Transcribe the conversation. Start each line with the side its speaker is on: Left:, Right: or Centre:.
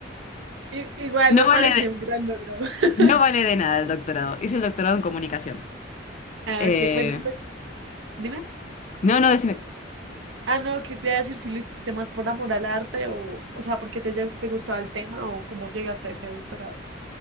Right: I- igual
Left: No
Right: me
Left: vale
Right: parece
Left: de-
Right: un gran logro. <laughs>
Left: no vale de nada el doctorado. Hice el doctorado en comunicación.
Right: Ah,
Left: Eh,
Right: ok, bueno, entonces, dime.
Left: no, no, decime.
Right: Ah, no, ¿qué te iba a decir si lo hiciste más por amor al arte o, o sea, porque te, lle- te gustaba el tema o cómo llegaste a ese doctorado?